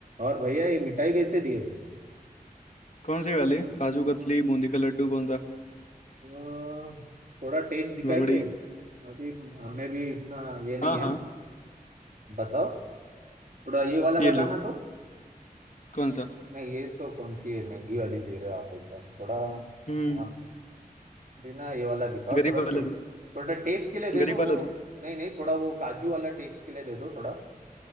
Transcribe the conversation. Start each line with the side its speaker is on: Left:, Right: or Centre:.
Right: और भैया ये मिठाई कैसे दिए
Left: कौन सी वाली काजू कतली बूंदी का लड्डू कौन सा
Right: अ, थोड़ा टेस्ट दिखाएंगे
Left: रबड़ी
Right: अभी हमें भी इतना ये नहीं
Left: हाँ
Right: है
Left: हाँ
Right: बताओ थोड़ा ये वाला बताना
Left: ये लो
Right: तो
Left: कौन सा
Right: नहीं ये तो कौन सी है महंगी वाली दे रहे हो आप एकदम थोड़ा
Left: हम्म
Right: हम बिना ये वाला दिखाओ
Left: गरीब
Right: थोड़ा टेस्ट
Left: वाला दो
Right: थोड़ा टेस्ट के लिए दे
Left: गरीब
Right: दो वो
Left: वाला दो
Right: नहीं नहीं थोड़ा वो काजू वाला टेस्ट के लिए दे दो थोड़ा